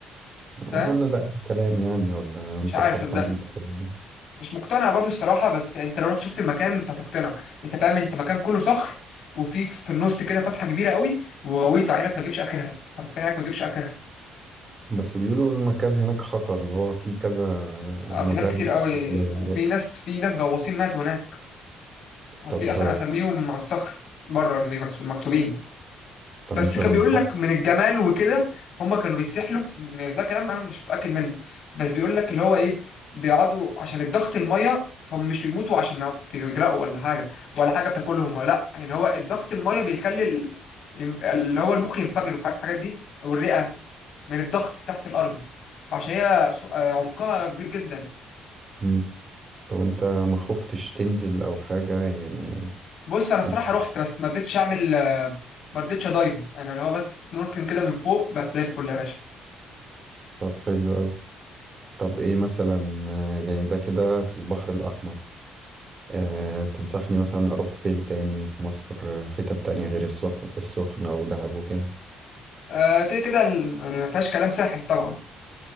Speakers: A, on the left; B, on the right.
A: فاهم
B: اظن ده اي كلام يعني ولا انت
A: مش عارف
B: بتقتنع
A: صدقني
B: بالحاجات دي؟
A: مش مقتنع برضو الصراحه بس انت لو رحت شفت المكان انت هتقتنع انت فاهم انت مكان كله صخر وفي في النص كده فتحه كبيره قوي وغويطه عينك ما تجيبش اخرها حرفيا عينك ما تجيبش اخرها
B: بس بيقولوا المكان هناك خطر اللي هو فيه كذا
A: اه
B: مدرب
A: في ناس كتير قوي
B: قبل كده غرق.
A: وفي ناس في ناس غواصين ماتوا هناك هتلاقي
B: طب
A: اصلا اساميهم على الصخر بره مش مكتوبين
B: طب
A: بس
B: انت
A: كان
B: لما
A: بيقول
B: رحت
A: لك من الجمال وكده هم كانوا بيتسحلوا بس ده كلام انا مش متاكد منه بس بيقول لك اللي هو ايه بيقعدوا عشان الضغط الميه فهم مش بيموتوا عشان ما بيغرقوا ولا حاجه ولا حاجه بتاكلهم ولا لا يعني هو الضغط الميه بيخلي ال- يم- اللي هو المخ ينفجر وحاجات الحاجات دي والرئه من الضغط تحت الارض فعشان هي سو- آه، عمقها كبير جدا
B: مم. طب انت ما خفتش تنزل او حاجة يعني
A: بص انا الصراحه
B: انت
A: رحت بس ما رضيتش اعمل ما رضيتش ادايف انا اللي هو بس سنوركلينج كده من فوق بس زي الفل يا باشا
B: طب حلو قوي طب ايه مثلا آه، يعني ده كده في البحر الأحمر أه تنصحني مثلا أروح فين تاني في مصر آه، حتت تانية غير السخ... السخنة ودهب وكده
A: آه كده كده ال- يعني ما فيهاش كلام ساحل طبعا